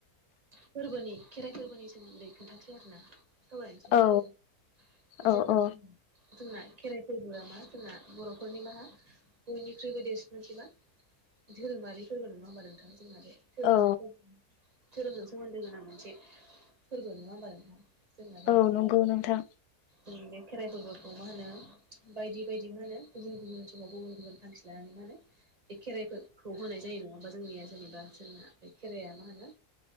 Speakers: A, on the right (about 30°); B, on the left (about 80°).
A: फोरबोनि खेराइ फोरबोनि सोमोन्दै खोन्थाथो आरोना। सावरायनिसै नोंथांजो
B: औ औ
A: जोंना
B: औ
A: <unintelligible> जोंना खेराइ फोरबोआ मा जोंना बर'फोरनि माहा बयनिख्रुइबो देस मोनसै मा धोरोमारि फोरबो नङा होमबा नों थां जोंना बे <unintelligible> धोरोमजों
B: औ
A: सोमोन्दो गोनां मोनसे फोरबो नङा होमबा नोंथां? जोंना बे
B: औ नंगौ नोंथां
A: जों बे खेराइ फोरबोखौ मा होनो बायदि बायदि मा होनो गुबुन गुबुन समाव गुबुन गुबुन <unintelligible> लानानै माने ए खेराइफोरखौ होनाय जायो नङाबा जोंनिया जेनेबा जोंना बे खेराइया मा होनो